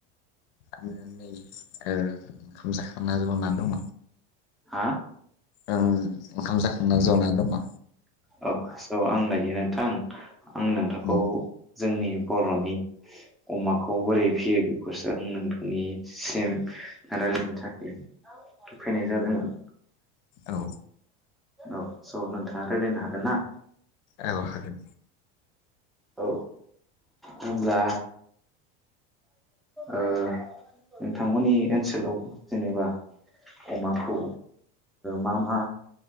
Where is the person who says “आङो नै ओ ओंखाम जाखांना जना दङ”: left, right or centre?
Left